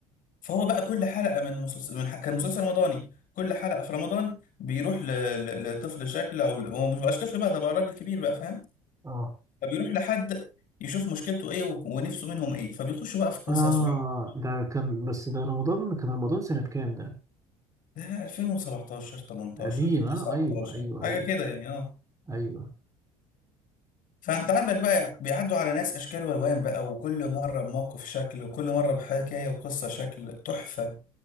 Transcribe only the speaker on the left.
فهو بقى كل حلقة من مسلسل من ح- كان مسلسل رمضاني كل حلقة في رمضان بيروح ل... ل... لطفل شكل او ل- هو مش بقاش طفل بقى ده بقى راجل كبير بقى فاهم
فبيروح لحد يشوف مشكلته ايه و- ونفسه منهم ايه فبيخشوا بقى في قصص
وحوار
ده 2017 18
19
حاجه
كده يعني اه
فانت عندك بقى يعني بيعدوا على ناس اشكال والوان بقى وكل مره بموقف شكل وكل مره بحكايه وقصه شكل تحفه